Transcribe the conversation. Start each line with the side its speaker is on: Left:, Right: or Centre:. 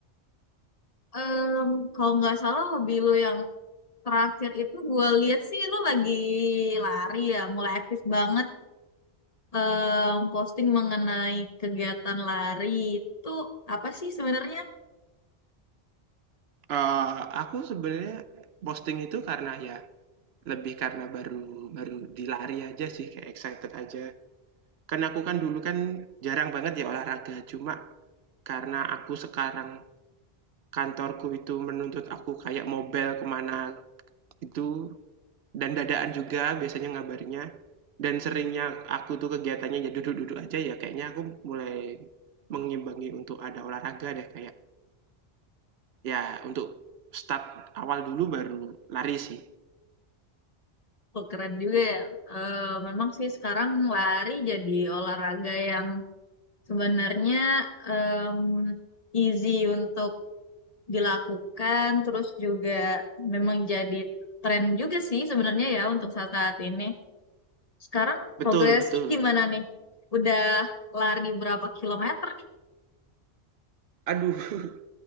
Left: Em, kalau nggak salah hobi lu yang terakhir itu gue lihat sih lu lagi lari ya, mulai aktif banget. em, posting mengenai kegiatan lari itu apa sih sebenarnya?
Right: Eee, aku sebenarnya posting itu karena ya, lebih karena baru baru dilari aja sih, kayak excited aja. Kan aku kan dulu kan jarang banget ya olahraga, cuma karena aku sekarang kantorku itu menuntut aku kayak mobile kemana itu Dan dadaan juga biasanya ngabarnya dan seringnya aku tuh kegiatannya ya duduk-duduk aja ya kayaknya aku mulai mengimbangi untuk ada olahraga deh kayak, ya untuk start awal dulu baru lari sih.
Left: Oh, keren juga ya. Eh, memang sih sekarang lari jadi olahraga yang sebenarnya em, easy untuk dilakukan, terus juga memang jadi tren juga sih sebenarnya ya untuk saat-saat ini. Sekarang
Right: Betul
Left: progresnya
Right: betul.
Left: gimana nih? Udah lari berapa kilometer nih?
Right: Aduh, <laughs>